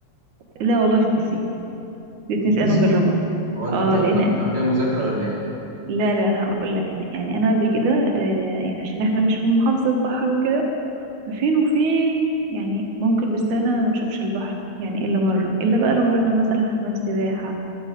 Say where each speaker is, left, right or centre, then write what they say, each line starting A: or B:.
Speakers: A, on the right; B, on the right.
A: لا والله في البي سي الاتنين
B: بتتنسي
A: انا مجربها
B: هو أنتوا
A: اه
B: بتاخدوها
A: لان
B: بتاخدوها مذاكرة ولا
A: لا لا هقول لك انا يعني انا قبل كده آه يعني عشان احنا مش في محافظه بحر وكده فين وفين يعني ممكن بالسنه ما نشوفش البحر يعني الا مره الا بقى لو رحنا مثلا حمام سباحه